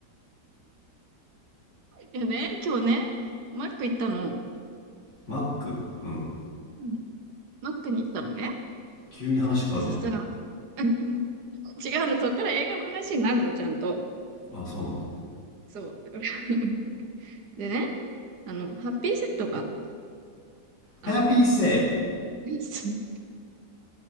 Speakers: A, on the right; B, on the left.
A: いやね、今日ね、マック行ったの。
B: マックうん
A: うんマックに行ったのね。
B: 急に話変わるじゃん
A: で、そしたら、<laughs> 違うの、そっから映画の話になるの、ちゃんと。
B: あそうなんだ
A: そう。<laughs> でね、あの、ハッピーセットが、あの、
B: ハッピーセッ
A: ちょ何質問